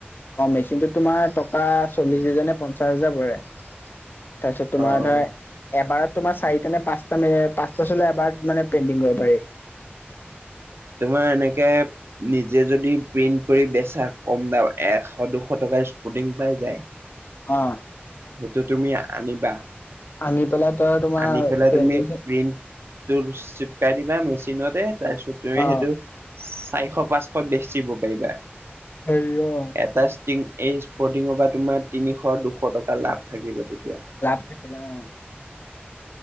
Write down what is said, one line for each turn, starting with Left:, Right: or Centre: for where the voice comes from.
Left: অ', মেচিনটোত তোমাৰ টকা চল্লিশ হোজাৰ নে, পঞ্চাশ হাজাৰ পৰে। তাৰপিছত তোমাৰ
Right: অ
Left: ধৰা
Right: অ
Left: এবাৰত তোমাৰ চাৰিটা নে পাঁচ-পাঁচটা চোলা বা মানে পেইণ্টিং কৰিব পাৰে।
Right: তোমাৰ এনেকে নিজে যদি প্ৰিন্ট কৰি বেচা, কম দাম এশ দুশ টকাৰ স্পুটিং পাই যায়।
Left: অ'।
Right: সেইটো তুমি আনিবা।
Left: আনি পেলাই তই তোমাৰ
Right: আনি পেলাই
Left: পেইণ্টিং
Right: তুমি প্ৰিণ্ট তোৰ চিপকাই দিবা মেচিনতে, তাৰপিছত তুমি
Left: অ
Right: সেইটো চাৰিশ পাঁচশ বেচিব পাৰিবা,
Left: হেৰি অ
Right: এটা টি এই স্পৰ্টিঙৰ পৰা তোমাৰ তিনিশ, দুশ টকা লাভ থাকিব তেতিয়া।
Left: লাভ থাকিলা, অ'।